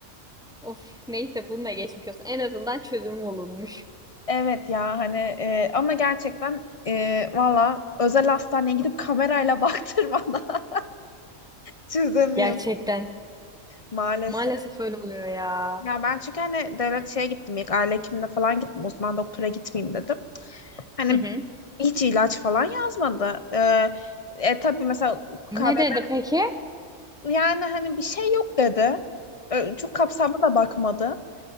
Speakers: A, in the centre; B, on the left (about 30°).
A: Of neyse bununla geçmiş olsun. En azından çözüm bulunmuş.
B: Evet ya hani e, ama gerçekten e, valla özel hastaneye gidip kamerayla <laughs> baktırmadan çözemiyoruz
A: Gerçekten.
B: maalesef.
A: Maalesef öyle oluyor ya.
B: Ya ben çünkü hani devlet şeye gittim ilk aile hekimine falan gittim uzman doktora gitmeyeyim dedim. Hani
A: Hı hı.
B: hiç ilaç falan yazmadı. E, e, tabii mesela
A: Ne
B: KBB
A: dedi peki?
B: yani hani bir şey yok dedi. E, çok kapsamlı da bakmadı.